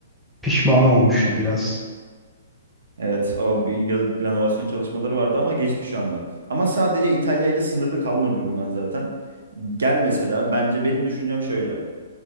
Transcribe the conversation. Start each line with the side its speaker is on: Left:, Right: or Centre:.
Centre: pişman olmuştu biraz.
Right: Evet, o bir ya- renovasyon çalışmaları vardı ama geçti şu anda. Ama sadece İtalya ile sınırlı kalma diyorum ben zaten. Gel mesela, bence benim düşüncem şöyle yap.